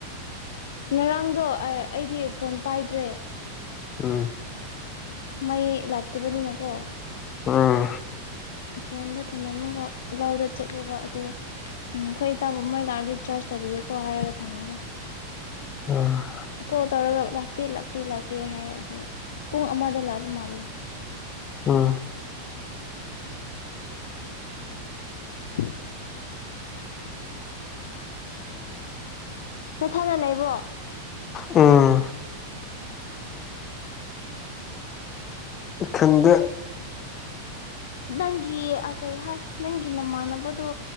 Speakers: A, on the left (about 60°); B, on the left (about 30°).
A: ꯉꯔꯥꯡꯗꯣ ꯑꯩꯗꯤ ꯐꯣꯟ ꯄꯥꯏꯗ꯭ꯔꯦ
B: ꯎꯝ
A: ꯃꯥꯏ ꯂꯥꯛꯇꯕꯅꯤ ꯅ ꯀꯣ
B: ꯎꯝ
A: ꯐꯣꯟꯗꯣ ꯊꯝꯃꯝꯃꯒ ꯂꯥꯎꯗ ꯆꯠꯂꯦꯕ ꯑꯗ ꯎꯝ ꯑꯩꯈꯣꯏ ꯏ ꯇꯥꯕꯃꯩ ꯂꯥꯛꯑꯗꯤ ꯆ꯭ꯔꯔꯁ ꯇꯧꯕꯤꯌꯨꯀꯣ ꯍꯥꯏꯔꯒ ꯊꯝꯃꯒ
B: ꯎꯝ
A: ꯀꯣꯜ ꯇꯧꯔꯒ ꯂꯥꯛꯇꯦ ꯂꯥꯛꯇꯦ ꯂꯥꯛꯇꯦ ꯍꯥꯏ ꯑꯗꯨ ꯄꯨꯡ ꯑꯃꯗ ꯂꯥꯛꯄ ꯃꯥꯜꯂꯦ
B: ꯎꯝ
A: <unintelligible> ꯅꯣꯠꯊꯅ ꯂꯩꯕ꯭ꯔꯣ
B: ꯎꯝ ꯈꯪꯗꯦ
A: ꯅꯪꯒꯤ ꯀꯩ ꯍꯥꯏ ꯅꯪꯒꯤ ꯅꯃꯥꯟꯅꯕꯗꯣ